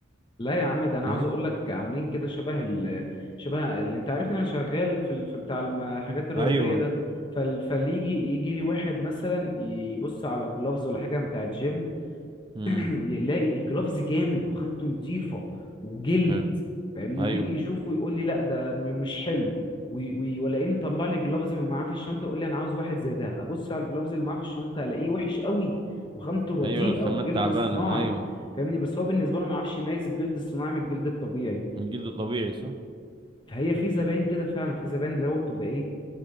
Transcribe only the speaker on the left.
لا يا عم ده انا
عاوز اقول لك عاملين كده شبه ال شبه اللي انت عارفني انا شغال في ال... في بتاع الم- الحاجات الرياضيه
ده فال... فليجي يجي لي واحد مثلا يبص على جلوفز ولا حاجه بتاع جيم
يلاقي الجرافز جامد وخامته نضيفة وجلد
فاهمني
ويجي يشوفه يقول لي لا ده م- مش حلو وي- وي- ولاقيه مطلع لي جلافز من معاه في الشنطة يقول لي انا عاوز واحد زي ده ابص على الجلافز اللي معاه في الشنطة الاقيه وحش قوي وخامته رديئة
وجلد
صناعي
فاهمني بس هو بالنسبة له ما يعرفش يميز الجلد الصناعي من الجلد الطبيعي
فهي في زباين كده فعلا في زباين اللي هو بتبقى ايه